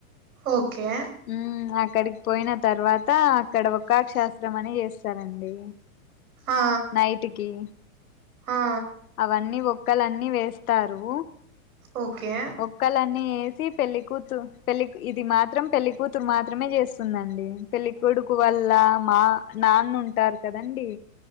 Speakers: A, on the right; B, on the left.
A: ఓకే
B: ఉమ్ అక్కడికి పోయిన తర్వాత అక్కడ ఒక్షాస్త్రం అని చేస్ స్తరండి
A: ఆ
B: నైట్ కి
A: ఆ
B: అవన్నీ ఒ ఒక్కలన్నీ వేస్తారు
A: ఓకే
B: ఒక్కలన్నీ వే పెళ్లికూతురు పెళ్లి ఇది మాత్రం పెళ్లికూత్ కూతురు మాత్రమే చేస్తుందండి పెళ్ళికొడుకు వల్ల మా నాన్న ఉంటారు కదండి